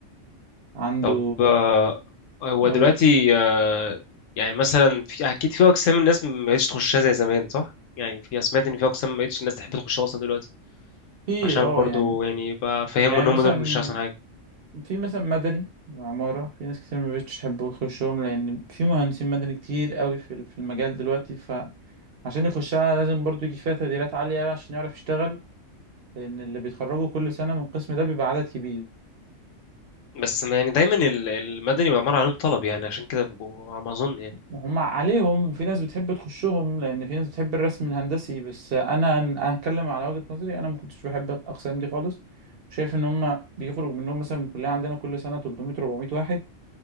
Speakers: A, on the right (about 55°); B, on the left (about 85°).
A: عنده
B: طب آه، هو
A: أقول
B: دلوقتي آه، يعني مثلا في اكيد في اقسام الناس ما بقتش تخشها زي زمان صح يعني في سمعت ان في اقسام ما بقتش الناس تحب تخشها اصلا دلوقتي
A: في
B: عشان
A: اه
B: برضو
A: يعني
B: يعني بقى فهموا
A: يعني
B: ان هم
A: مثلا
B: دول مش احسن حاجه
A: في مثلا مدني وعمارة في ناس كتير ما بقتش تحب تخشهم لأن في مهندسين مدني كتير قوي في في المجال دلوقتي فعشان يخشها لازم برضو يجي فيها تقديرات عالية عشان يعرف يشتغل لأن اللي بيتخرجوا كل سنة من القسم ده بيبقى عدد كبير
B: بس ما يعني دايما ال- المدني والعمارة عليهم طلب يعني عشان كده بيبقوا على ما اظن يعني
A: هم عليهم وفي ناس بتحب تخشهم لأن في ناس بتحب الرسم الهندسي بس أنا أنا هتكلم على وجهة نظري أنا ما كنتش بحب الأقسام دي خالص شايف إن هم بيخرج منهم مثلا من الكلية عندنا كل سنة 300 400 واحد